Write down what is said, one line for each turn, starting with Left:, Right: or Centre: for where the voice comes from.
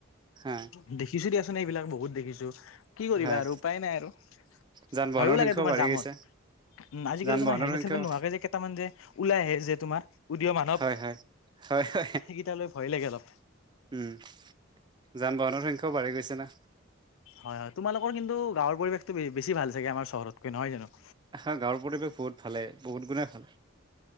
Right: হা
Left: দে দেখিছোঁ দিয়াচোন এইবিলাক বহুত দেখিছোঁ। কি কৰিবা
Right: হয়
Left: আৰু উপাই নাই আৰু।
Right: যান
Left: ভয়ো
Right: বাহনৰ
Left: লাগে
Right: সংখ্যাও
Left: তোমাৰ
Right: বাঢ়ি
Left: জামত।
Right: গৈছে
Left: উম, আজিকালি
Right: যান
Left: তোমাৰ
Right: বাহনৰ
Left: হেলমেট
Right: সংখ্যাও
Left: চেলমেট নোহোৱাকে যে কেইটামান যে ওলাই আহে যে তোমাৰ উদিয় মানৱ
Right: হয় হয়। হয় হয়
Left: সেইকেইটালৈ ভয় লাগে অলপ।
Right: উম যান বাহনৰ সংখ্যাও বাঢ়ি গৈছে না।
Left: হয় হয় তোমালোকৰ কিন্তু গাঁৱৰ পৰিৱেশটো বেছি ভাল চাগে আমাৰ চহৰতকৈ নহয় জানো।
Right: হয় গাঁৱৰ পৰিৱেশ বহুত ভালেই বহুত গুণেই ভাল।